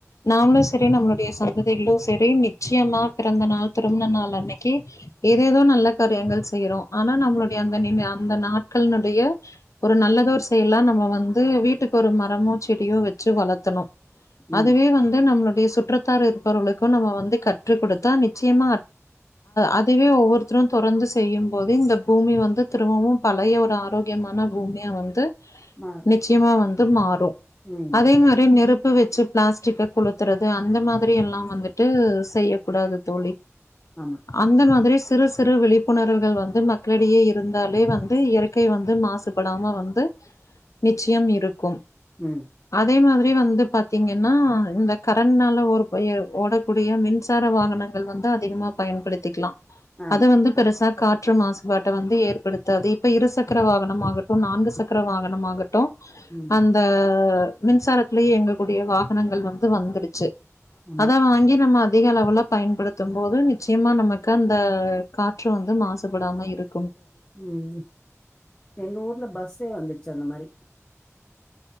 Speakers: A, on the left; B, on the left.
A: நாமளும் சரி நம்மள சந்தைகளோ சரி நிச்சயமா பிறந்த நாள் திருமண நாள் அன்னைக்கு ஏதேதோ நல்ல காரியங்கள் செய்யிறோம் ஆனா நம்மளுடைய அந்த அந்த நாட்கனுடைய ஒரு நல்லதோர் செயல் எல்லாம் நம்ம வந்து வீட்டுக்கு ஒரு மரமோ செடியோ வச்சு வளர்த்தணும் அதுவே
B: ம்
A: வந்து நம்மளுக் சுற்றத்தார் இருப்பவர்களுக்கும் நம்ம வந்து கற்று கொடுத்தா நிச்சயமா அதுவே ஒவ்வொருத்தரும் தெரிந்து செய்யும் போது இந்த பூமி வந்து திரும்பவும் பழைய ஒரு ஆரோக்கியமான பூமியை வந்து
B: மாறும்
A: நிச்சயமா வந் மாறும்
B: ம்
A: அதே மாதிரி நெருப் பு வச்சு பிளாஸ்டிக்க குளுத்துறது அந்த மாதிரி எல்லாம் வந்துட்டு செய்யக்கூடாது தோழி
B: ஆமா
A: அந்த மாதிரியே சிறு சிறு விழிப்புணர்வுகள் வந்து மக்களிடையே இருந்தாலே வந்து இயற்கை வந்து மாசுபடாம வந்து நிச்சயம் இருக்கும்
B: ம்
A: அதே மாதி ரி வந்து பாத்தீங்கன்னா இந்த கரண்ட்னால ஒரு ஓடக்கூடிய மின்சார வாகனங்கள் வந்து அதிகமாக பயன்படுத்திக்கலாம்
B: ஆமா
A: அதை வந்து பெருசா காட் ற்று மாசுபாட்டை வந்து ஏற்படுத்தாது இப்ப இரு சக்கர வாகனம்மாகட்டும் நான்கு சக்கர வாகனம்மாகட்டும்
B: ம்
A: அந்த மின்சாரத்திலேயே எங்களுக் கூடிய வாகனங்கள் வந்து வந்துடுச்சு
B: ஆமா
A: அதா வாங்கி நம்ம அ திக அளவுல பயன்படுத்தும் போது நிச்சயமா நமக்கு அந்த காற்று வந்து மாசுபடாம இருக்
B: ம் எங்க ஊர்ல பஸ்சே வந்துருச்சு அந்த மாரி